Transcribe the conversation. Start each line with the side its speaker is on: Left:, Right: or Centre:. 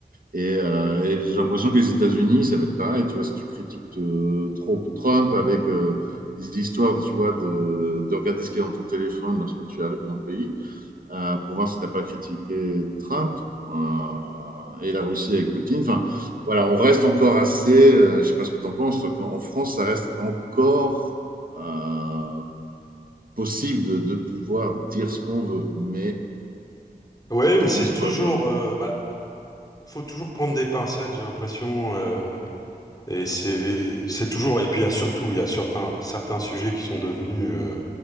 Right: Et, euh, et j'ai l'impression que les États-Unis, ça va être pareil. Tu vois, si tu critiques euh, trop Trump avec euh, les histoires, tu vois, de, de regarder ce qu'il y a dans ton téléphone lorsque tu arrives dans le pays, euh, pour voir si t'as pas critiqué Trump euh, et la Russie avec Poutine. Enfin, voilà, on reste encore assez. euh, je sais pas ce que t'en penses. toi, qu'en- En France, ça reste encore euh, possible de, de pouvoir dire ce qu'on veut. Mais
Left: Ouais, mais
Right: t'en
Left: c'est
Right: penses
Left: toujours.
Right: quoi, toi?
Left: euh, bah, Faut toujours prendre des pincettes, j'ai l'impression. euh, et c'est c'est toujours. Et puis il y a surtout, il y a certains certains sujets qui sont devenus euh,